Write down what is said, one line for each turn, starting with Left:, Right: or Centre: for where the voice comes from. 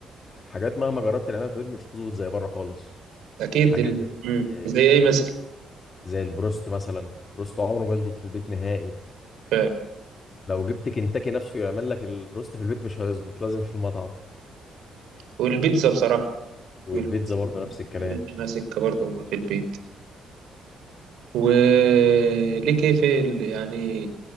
Left: حاجات مهما جربت تعملها في البيت مش هتظبط زي بره خالص
Right: اكيد
Left: حاجات
Right: ال... مم.
Left: زي
Right: زي ايه مثلا
Left: زي البروست مثلا البروست عمره ما يظبط في البيت نهائي
Right: فعلا
Left: لو جبت كنتاكي نفسه يعمل لك البروست في البيت مش هيظبط لازم في المطعم
Right: والبيتزا بصراحه
Left: والبيتزا
Right: والبيتزا
Left: برضه نفس الكلام
Right: ماليش ماسكه برضه في البيت وليك ايه في ال- يعني